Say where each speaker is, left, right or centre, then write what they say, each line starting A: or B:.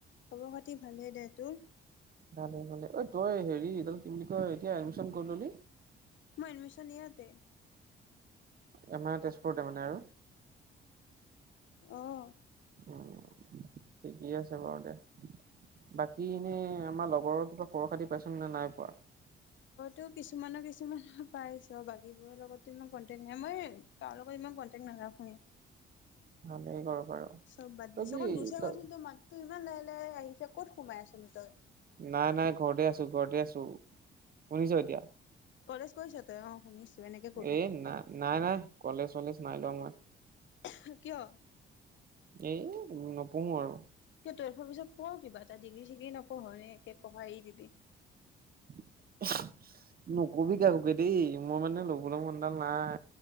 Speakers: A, on the left (about 70°); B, on the right (about 50°).
A: খ'বৰ খাতি ভালে দে। তোৰ?
B: ভালে ভালে অ ঐ তই হেৰি এইদাল কি বুলি কয় এতিয়া এডমিশন কৰি ল'লি?
A: মই এডমিশন ইয়াতে
B: এ মানে তেজপুৰতে মানে আৰু।
A: আহ
B: উম ঠিকেই আছে বাৰু দে। বাকী এনে আমাৰ লগৰ কিবা খবৰ খাতি পাইছ নে নাই পোৱা।
A: টো কিছুমানৰ কিছুমান পাইছ বাকী বোৰৰ লগতো ইমান কন্টেক্ট নাই, মই তাৰ লগত ইমান কন্টেক্ট নাই। ৰাখোৱে
B: ভালেই বাৰু বাৰু।
A: চব বাদ
B: তই
A: দিছো।
B: কি
A: অকণ জোৰচে
B: তই
A: ক'চোন তোৰ মাতটো ইমান লাহ আহিছে, ক'ত সোমাই আছিল তই?
B: নাই নাই ঘৰতে আছো ঘৰতে আছো, শুনিছ এতিয়া।
A: কলেজ গৈছ তই অ শুনিছো। এনেকে কবি
B: এ নাই নাই নাই কলেজ চলেজ নাই যোৱা মই।
A: <unintelligible> কিহৰ?
B: এই নপঢ়ো আৰু।
A: টুৱেফৰ পিছত পঢ় কিবা এটা ডিগ্ৰী চিগ্ৰী নপঢ় নে একে পঢ়া এৰি দিবি?
B: <inaudible> নকবি কাকোকে দেই, মই মানে ল'বলে মনডাল নাই।